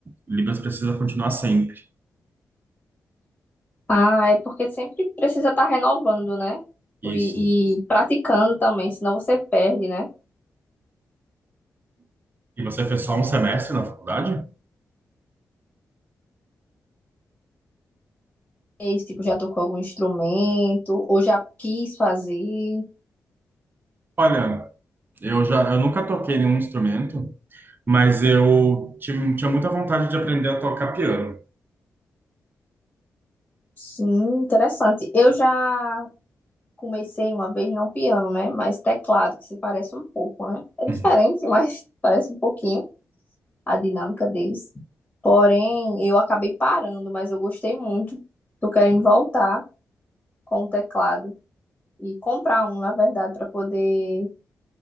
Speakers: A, on the right; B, on the left.
A: Libras precisa continuar sempre.
B: Ah, é porque sempre precisa estar renovando, né?
A: Isso.
B: E, e praticando também, senão você perde, né?
A: E você fez só um semestre na faculdade?
B: Esse tipo, já tocou algum instrumento, ou já quis fazer.
A: Olha, Eu já, eu nunca toquei nenhum instrumento, mas eu tive, tinha muita vontade de aprender a tocar piano.
B: Sim, interessante. Eu já comecei uma vez, não piano, né? Mas teclado, que se parece um pouco, né? É diferente,
A: Uhum.
B: <laughs> mas parece um pouquinho a dinâmica deles. Porém, eu acabei parando, mas eu gostei muito. Tô querendo voltar com o teclado e comprar um, na verdade, para poder